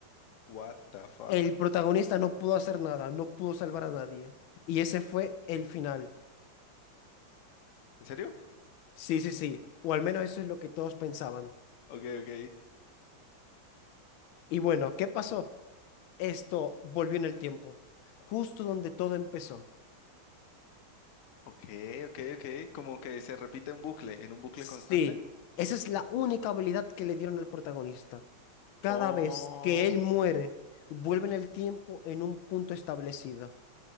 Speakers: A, on the left; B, on the left.
A: What the fuck.
B: El protagonista no pudo hacer nada, no pudo salvar a nadie. Y ese fue el final.
A: ¿En serio?
B: Sí, sí, sí, o al menos eso es lo que todos pensaban.
A: Ok, ok.
B: Y bueno, ¿qué pasó? Esto volvió en el tiempo, justo donde todo empezó.
A: Ok, ok, ok. Como que se repite en bucle, en un bucle
B: Sí,
A: constante.
B: esa es la única habilidad que le dieron al protagonista. Cada
A: Oh.
B: vez que él muere, vuelve en el tiempo en un punto establecido.